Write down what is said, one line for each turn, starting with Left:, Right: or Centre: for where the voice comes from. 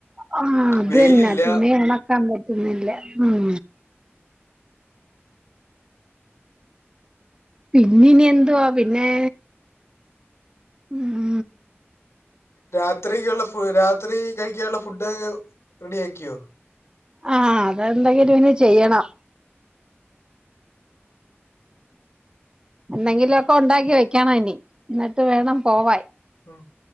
Right: ആഹ് അത്ന്നെ
Left: വെയിലില്ല
Right: തുണി ഒണക്കാൻ പറ്റുന്നില്ല മ് പിന്ന ഇനി എന്തുവാ പിന്നെ ഉം
Left: രാത്രിക്കുള്ള ഫു രാത്രി കഴിക്കാനുള്ള ഫുഡ് റെഡിയാക്കിയോ
Right: ആഹ് അതെന്തെങ്കിലും ഇനി ചെയ്യണം എന്തെങ്കിലൊക്കെ ഉണ്ടാക്കി വെക്കണം ഇനി ഇന്നട്ട് വേണം പോവാൻ
Left: മ്